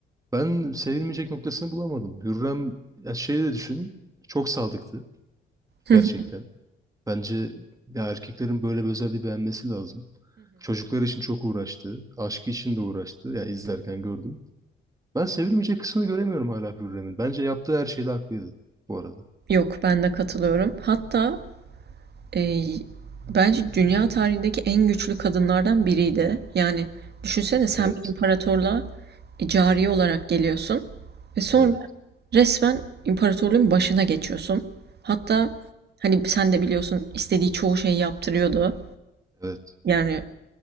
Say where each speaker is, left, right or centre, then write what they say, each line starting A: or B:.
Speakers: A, on the right; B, on the right.
A: Ben sevilmeyecek noktasını bulamadım. Hürrem, ya şeyi de düşün, çok sadıktı
B: <laughs>
A: gerçekten. Bence ya erkeklerin böyle bir özelliği beğenmesi lazım. Çocuklar için çok uğraştı, aşkı için de uğraştı. Ya izlerken gördüm. Ben sevilmeyecek kısmını göremiyorum hala Hürrem'in. Bence yaptığı her şeyde haklıydı bu arada.
B: Yok, ben de katılıyorum. Hatta e, bence dünya tarihindeki en güçlü kadınlardan biriydi. Yani düşünsene sen
A: Evet,
B: bir imparatorluğa e, cariye olarak geliyorsun ve sonra
A: evet.
B: resmen imparatorluğun başına geçiyorsun. Hatta hani sen de biliyorsun istediği çoğu şeyi yaptırıyordu.
A: Evet.
B: Yani